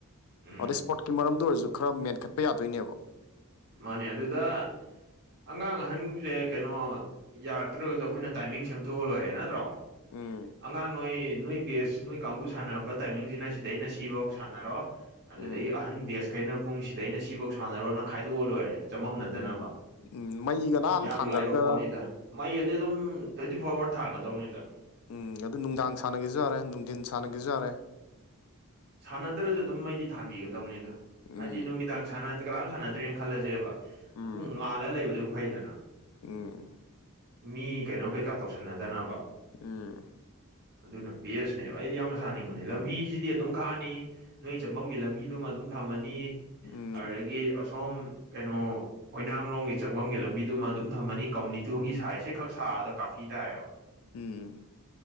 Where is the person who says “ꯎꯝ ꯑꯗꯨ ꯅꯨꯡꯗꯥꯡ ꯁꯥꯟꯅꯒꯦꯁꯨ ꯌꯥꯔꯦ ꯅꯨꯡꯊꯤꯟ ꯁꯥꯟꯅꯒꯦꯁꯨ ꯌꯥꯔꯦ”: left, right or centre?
Left